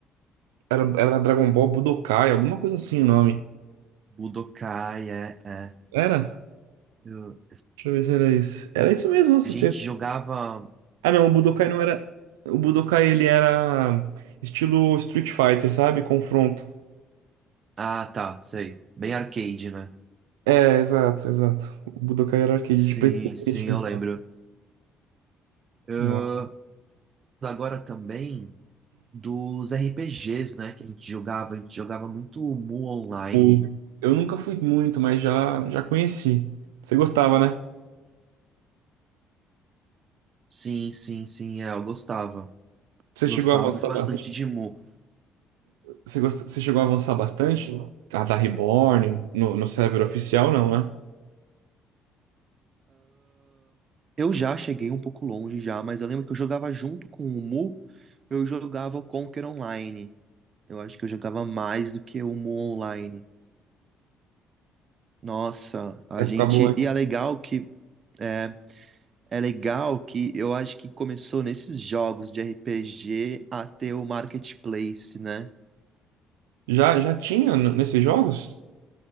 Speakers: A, on the right; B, on the right.
A: Era, era Dragon Ball Budokai, alguma coisa assim o nome.
B: Budokai, é, é.
A: Era?
B: Eu-
A: Deixa eu ver se era isso. Era isso mesmo, você
B: a gente jogava.
A: Ah, não, o Budokai não era. O Budokai ele era estilo Street Fighter, sabe? Confronto.
B: Ah, tá, sei. Bem arcade, né?
A: É, exato, exato. O Budokai era arcade
B: Sim,
A: de PlayStation
B: sim, eu
A: e tal.
B: lembro. Eu
A: Nossa.
B: agora também dos RPGs, né, que a gente jogava, a gente jogava muito Mu online.
A: O- Eu nunca fui muito, mas já, já conheci. Você gostava, né?
B: Sim, sim, sim, é, eu gostava.
A: Você
B: Gostava
A: chegou a avançar
B: bastante
A: bastante.
B: de Mu.
A: Você, gosta... Você chegou a avançar bastante? A da Reborn, no, no server oficial, não, né?
B: Eu já cheguei um pouco longe já, mas eu lembro que eu jogava junto com o Mu, eu jogava o Conquer Online. Eu acho que eu jogava mais do que o Mu online. Nossa, a
A: Época
B: gente.
A: boa, hein?
B: E é legal que. é, É legal que eu acho que começou nesses jogos de RPG a ter o marketplace, né?
A: Já, já tinha n- nesses jogos?